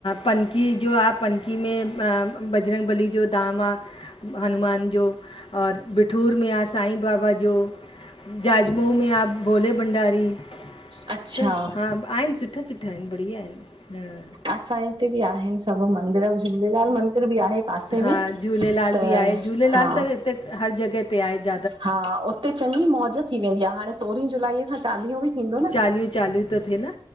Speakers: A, on the left; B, on the right.
A: पनकी जो आहे। पनकी में बजरंग बली जो दाम आहे। हनुमान जो। और बिठूर में आहे। साईं बाबा जो। जो। जाज मोमह में आ भोले भंडारी।
B: अच्छा
A: सभु, हा! आहिनि सुठा सुठा आहिनि। बढ़िया आहिनि। ह
B: असांजे हिते बि आहिनि। सभु म मंदिर, झूलेलाल मंदिर बि आहे पासे
A: हा हा
B: में।
A: झूलेलाल
B: त,
A: बि आहे झूलेलाल
B: हा!
A: त हिते हर जॻह ते आए। ज
B: हा! उते चङी मौज थी वेंदी आहे। हाणे सोरहीं जुलाई खां चालीहो बि थींदो न।
A: चालीहूं चालू थो थिए न?